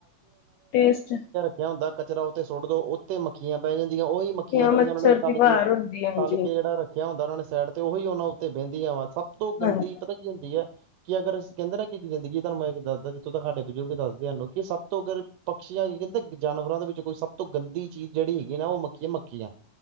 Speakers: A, on the left; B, on the right.
A: ਟੇਸਟ।
B: ਕਿਆ ਹੁੰਦਾ ਕਚਰਾ ਓਤੇ ਸੁੱਟ ਦੋ ਤੇ ਮੱਖੀਆਂ ਬਹਿ ਜਾਂਦੀਆਂ ਉਹੀ ਮੱਖੀਆਂ ਜਿਹੜੀਆਂ
A: ਮੱਛਰ
B: ਉਹ ਨੇ ਤਲ
A: ਦੀ ਵਾਰ
B: ਕੇ
A: ਹੁੰਦੀ ਹੈ ਹਾਂਜੀ
B: ਤਲ ਕੇ ਜਿਹੜਾ ਰ। ਰਖਿਆ ਹੁੰਦਾ ਉਹਨਾਂ ਨੇ ਸਾਈਡ ਤੇ ਉਹੀ ਉਹਨਾਂ ਉੱਤੇ ਬਹਿੰਦੀਆਂ ਵਾ ਸਭ ਤੋਂ ਗੰਦੀ
A: ਹਾਂਜੀ
B: ਪਤਾ ਕੀ ਹੁੰਦੀ ਹੈ। ਕਿ ਅਗਰ ਕਹਿੰਦੇ <unintelligible> ਜ਼ਿੰਦਗੀ ਦਾ ਮੈਂ ਦੱਸਦਾ ਜਿੱਥੋਂ ਤੱਕ ਸਾਡੇ ਬਜ਼ੁਰਗ ਦੱਸਦੇ ਹਨੂੰ ਕਿ ਸਭ ਤੋਂ ਅਗਰ ਪਕਸ਼ੀਆਂ ਕਹਿੰਦੇ ਜਾਨਵਰਾਂ ਦੇ ਵਿੱਚ ਕੋਈ ਸਭ ਸਭ ਤੋਂ ਗੰਦੀ ਚੀਜ਼ ਜਿਹੜੀ ਹੈਗੀ ਨਾ ਉਹ ਮੱਕੀਏ ਮੱਕੀ ਆ।